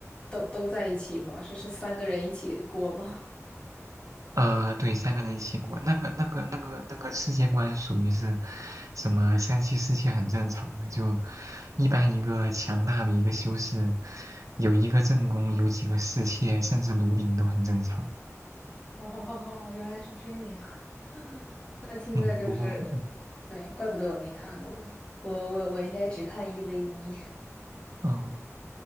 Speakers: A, on the left (about 20°); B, on the right (about 75°).
A: 都都在一起吗？是是三个人一起过吗？
B: 呃，对，三个人一起过，那个、那个、那个、那个世界观属于是什么三妻四妾很正常的，就一般一个强大的一个修士，有一个正宫，有几个侍妾，甚至奴婢都很正常。
A: <laughs> 哦，原来是这样。那听着就是，
B: 嗯，不过，嗯，
A: 对，怪不得我没看过，我我我应该只看一 v 一
B: 哦，